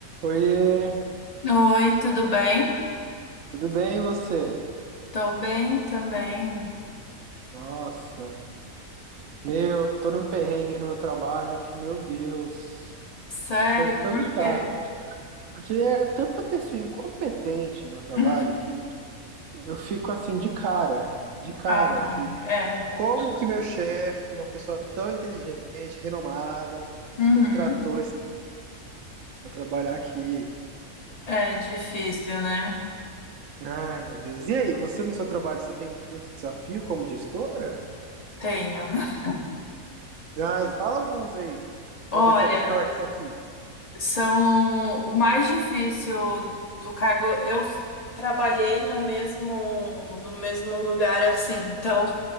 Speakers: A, on the right (about 65°); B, on the left (about 40°).
A: Oiê,
B: Oi, tudo bem?
A: tudo bem e você?
B: Tô bem também.
A: Nossa, meu, tô num perrengue no meu trabalho que, meu Deus,
B: Sério,
A: quero te perguntar,
B: por quê?
A: porque é tanta pessoa incompetente no trabalho
B: <laughs>
A: que eu fico assim de cara, de cara,
B: Ah,
A: que
B: é.
A: como que meu chefe, uma pessoa tão inteligente, renomada,
B: Uhum.
A: contratou esse pra trabalhar aqui?
B: É difícil, né?
A: Ai, meu Deus. E aí, você no seu trabalho, você tem muito desafio como gestora?
B: Tenho. <laughs>
A: Ai, fala alguns aí, pra
B: Olha,
A: eu ver se é pior que isso aqui.
B: são o mais difícil do cargo. Eu s- trabalhei no mesmo no mesmo lugar assim. Então,